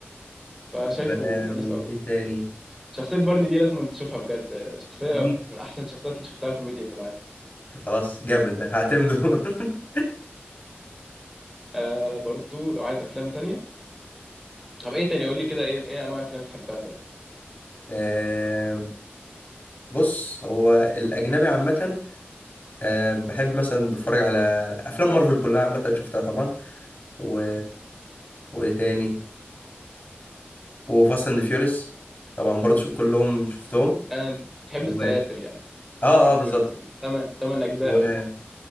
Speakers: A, in the centre; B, on the left.
A: فشايفه
B: طب آه
A: مناسب
B: وايه
A: قوي
B: تاني
A: شخصية بارني دي لازم تشوفها بجد شخصية
B: مم.
A: من احسن الشخصيات اللي شفتها كوميديا في العالم
B: خلاص جامد ده هعتمده <laughs>
A: آه برضو لو عايز افلام تانية طب ايه تاني قول لي كده ايه ايه انواع الافلام بتحبها طيب
B: آه، بص هو الأجنبي عامة آه، بحب مثلا بتفرج على أفلام مارفل كلها عامة شفتها طبعا و... وإيه تاني وفاست أند فيوريس طبعا برضه شوف كلهم شفتهم
A: انا بتحب
B: و
A: السلاسل يعني
B: آه
A: بتحب
B: آه بالظبط
A: مثلا 8 8 اجزاء
B: و...
A: فيلم